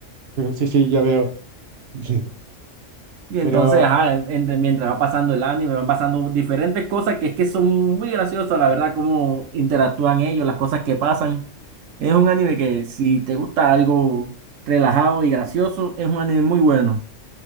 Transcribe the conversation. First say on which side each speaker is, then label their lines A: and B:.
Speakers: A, on the right; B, on the right.
A: sí, sí, ya veo. <laughs>
B: Y
A: Pero
B: entonces, ajá, entre- mientras va pasando el anime, van pasando diferentes cosas que es que son muy graciosas, la verdad, cómo interactúan ellos, las cosas que pasan. Es un anime que si te gusta algo relajado y gracioso, es un anime muy bueno.